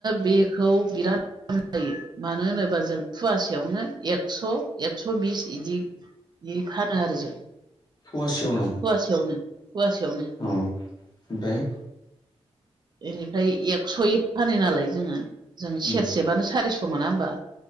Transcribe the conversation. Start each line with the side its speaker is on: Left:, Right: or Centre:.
Right: बेखौ बिराद दाम जायो मानो होनोबा जों फुवासेयावनो एकस' एकस' बिस इदि बि फानो आरो जों
Left: फवासेयावनो
Right: फुवासेयावनो फुवासेयाव
Left: औ ओमफ्राय
Right: इनिफ्राय एक्स'यै फानो नालाय जोङो जों
Left: उम
Right: सेरसेबानो सारिस' मोना होमबा